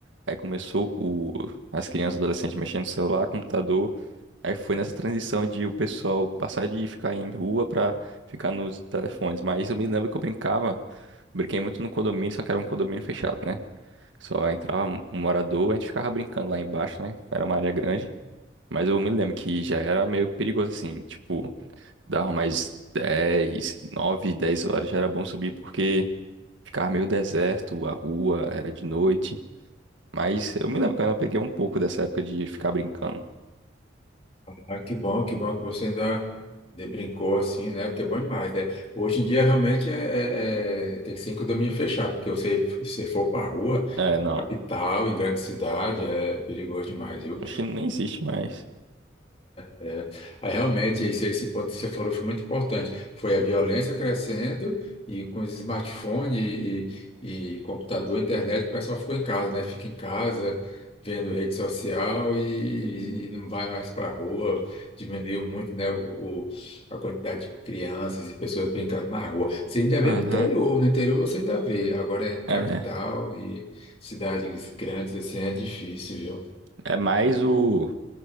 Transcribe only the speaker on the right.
aí começou o, as crianças e adolescentes mexendo no celular, computador. Aí foi nessa transição de o pessoal passar de ficar em rua pra ficar nos telefones. Mas eu me lembro que eu brincava, brinquei muito no condomínio, só que era um condomínio fechado, né? Só entrava um um morador, a gente ficava brincando lá embaixo, né? Era uma área grande. Mas eu me lembro que já era meio perigoso assim, tipo, dava mais 10, 9, 10 horas já era bom subir porque ficava meio deserto, a rua era de noite. Mas eu me lembro que eu ainda peguei um pouco dessa época de ficar brincando.
É, não,
acho que nem existe mais.
Aham.
É,
é mais o.